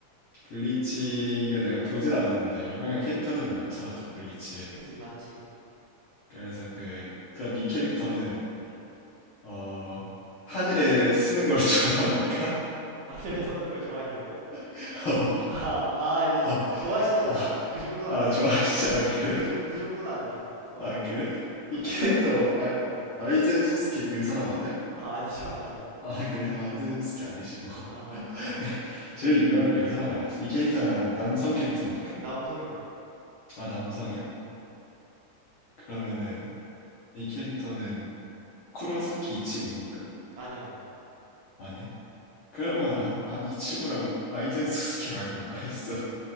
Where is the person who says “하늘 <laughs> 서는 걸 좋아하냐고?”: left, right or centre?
Right